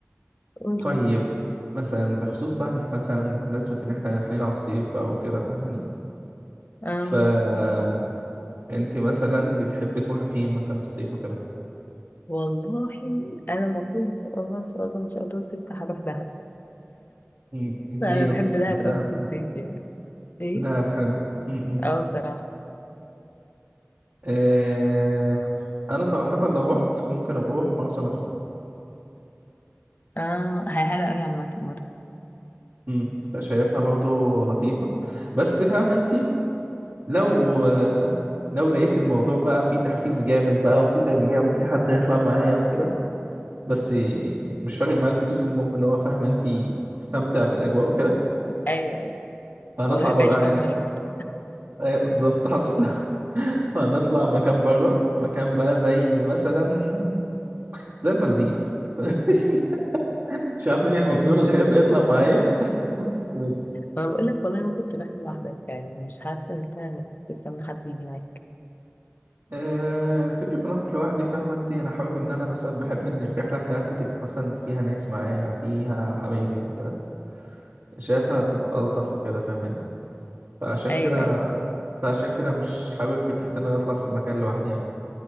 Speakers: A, on the left; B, on the right.
A: قول
B: طيب
A: إيه؟
B: مثلا بخصوص بقى إن إحنا مثلا بمناسبة ان احنا داخلين على الصيف بقى وكده فاهماني
A: أم،
B: فانت مثلا بتحبي تروحي فين مثلا في الصيف وكده
A: والله أنا المفروض إن شاء الله إن شاء الله إن شاء الله الصيف هروح دهب
B: مم. اديله
A: أنا بحب دهب
B: لا، دهب
A: قوي في الصيف يعني إيه؟
B: دهب حلو مم.
A: أه بصراحة
B: آه، انا صراحة لو رحت ممكن اروح مرسى مطروح
A: أه هي حلوة قوي عامة مرة
B: امم فشايفها برضو لطيفة بس فاهم انت لو لو لقيت الموضوع بقى فيه تحفيز جامد بقى وفيه تشجيع وفيه حد هيطلع معايا وكده بس مش فارق معايا الفلوس المهم ان هو فاهمه انت استمتع بالاجواء وكده
A: أيوة
B: فهنطلع
A: هو الواحد
B: بره
A: بيعيش كام
B: يعني
A: مرة برضه
B: آه، بالظبط حصل <laughs> فهنطلع مكان بره مكان بقى زي مثلا زي المالديف <laughs> مش عارف مين المجنون
A: والله
B: اللي هيرضى يطلع معايا بس
A: ما بقول لك والله ممكن تروح لوحدك يعني مش حاسة إن أنت مستني حد يجي معاك
B: آه، فكرة إن أروح لوحدي فاهمة أنت أنا حابب إن أنا مثلا بحب إن الرحلة بتاعتي تبقى مثلا فيها ناس معايا فيها حبايبي وكده شايفها تبقى ألطف وكده فاهماني فعشان
A: أيوة
B: كده
A: أيوة
B: فعشان كده مش حابب فكرة إن أنا أطلع في المكان لوحدي يعني